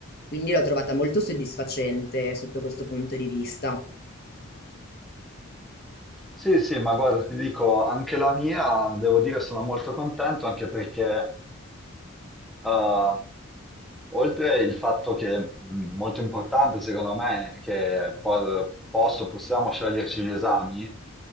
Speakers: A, on the left; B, in the centre.
A: Quindi l'ho trovata molto soddisfacente sotto questo punto di vista.
B: Sì, sì, ma guarda, ti dico, anche la mia, devo dire, sono molto contento, anche perché, eh, oltre il fatto che, mh, molto importante secondo me, che po- posso, possiamo sceglierci gli esami, eh,